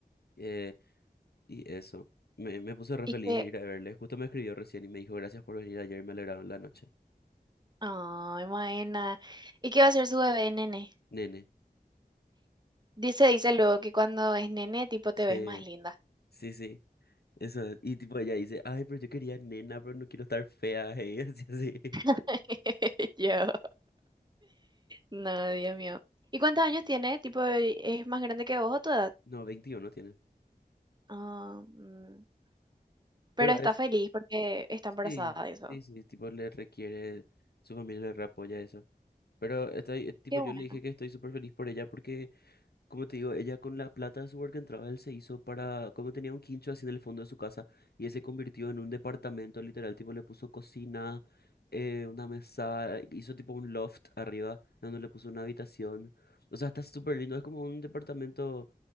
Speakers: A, on the left; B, on the right.
A: Eh, Y eso, me, me puse re
B: Y
A: feliz
B: que,
A: ir a verle. Justo me escribió recién y me dijo, gracias por venir ayer, me alegraron la noche.
B: ay, Maena, ¿y qué va a ser su bebé, nene?
A: Nene.
B: Dice, dice luego que cuando es nene, tipo, te
A: Sí,
B: ves más linda.
A: sí, sí. Eso es. Y tipo ella dice, ay, pero yo quería nena, pero no quiero estar fea. Y <laughs> así, así.
B: <laughs> Yo. No, Dios mío. ¿Y cuántos años tiene? Tipo, ¿es más grande que vos o toda?
A: No, 21 tiene.
B: Ah, mm. Pero
A: Pero
B: está
A: es,
B: feliz porque está embarazada
A: sí,
B: y eso.
A: sí, sí, tipo le requiere, su familia le re apoya eso. Pero estoy, eh, tipo,
B: Qué
A: yo
B: bueno.
A: le dije que estoy súper feliz por ella porque Como te digo, ella con la plata de su work and travel se hizo para, como tenía un quincho así en el fondo de su casa y ese convirtió en un departamento literal, tipo le puso cocina, eh, una mesa, hizo tipo un loft arriba donde le puso una habitación. O sea, está súper lindo, es como un departamento